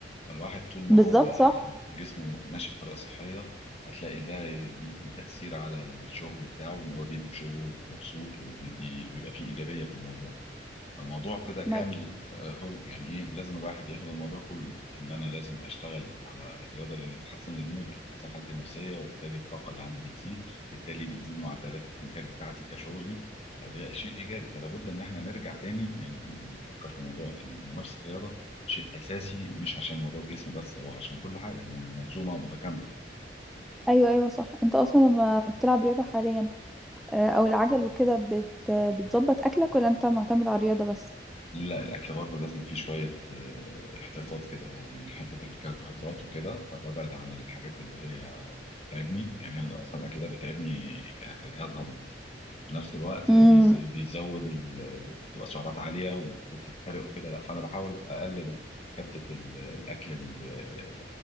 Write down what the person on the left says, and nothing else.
الواحد طول ما
هو
جسمه ماشي بطريقه صحيه هتلاقي ده يدي تاثير على الشغل بتاعه ان هو بيدي في شغله بيبقى مبسوط وبيدي بيبقى فيه ايجابيه في الموضوع الموضوع كده كامل
آه، هول يعني ايه لازم الواحد ياخد الموضوع كله ان انا لازم اشتغل على الرياضه اللي بتحسن المود وبتحسن حالتي النفسيه وبالتالي الطاقه اللي عندي بتزيد بالتالي بتزيد معدلات الانتاج بتاعتي كشغلي فده شيء ايجابي فلا بد ان احنا نرجع تاني ن- ن- نفكر في موضوع إن ممارسه الرياضه شيء اساسي مش عشان موضوع الجسم بس هو عشان كل حاجه يعني منظومه متكامله
لا الاكل برضه لازم فيه شويه آه، احتياطات كده من حته الكربوهيدرات وكده فببعد عن الحاجات اللي هي بيتعبني يعني أنا اصلا الاكل ده بيتعبني ك- كجهاز هضمي. في نفس الوقت
بيز- بيزود ال- ال- بتبقى سعرات عاليه ومفروض تتحرق وكده لا فانا بحاول اقلل حته ال- الاكل ال-